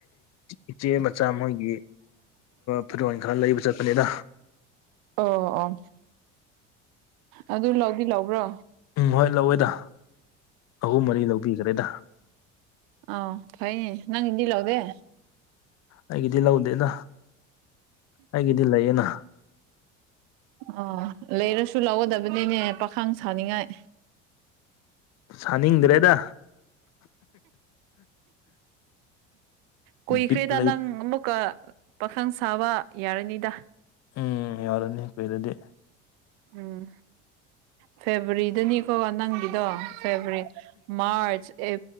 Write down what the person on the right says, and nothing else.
ꯑꯣ ꯑꯣ ꯑꯗꯨ ꯂꯧꯗꯤ ꯂꯧꯕ꯭ꯔꯣ
ꯑ ꯐꯩꯅꯦ ꯅꯪ ꯏꯗꯤ ꯂꯣꯒꯦ
ꯑꯥ ꯂꯩꯔꯁꯨ ꯂꯧꯒꯗꯕꯅꯤꯅꯦ ꯄꯥꯈꯥꯡ ꯁꯥꯅꯤꯡꯉꯥꯏ
ꯀꯨꯏꯈ꯭ꯔꯦꯗ
ꯅꯪ ꯑꯃꯨꯛꯀ ꯄꯥꯈꯪ ꯁꯥꯕ ꯌꯥꯔꯅꯤꯗ
ꯎꯝ ꯐꯦꯕꯋꯥꯔꯤꯗꯅꯤꯀꯣ ꯅꯪꯗꯤ ꯗꯣ ꯐꯦꯕ꯭ꯋꯥꯔꯤ ꯃꯥꯔꯆ ꯑꯦ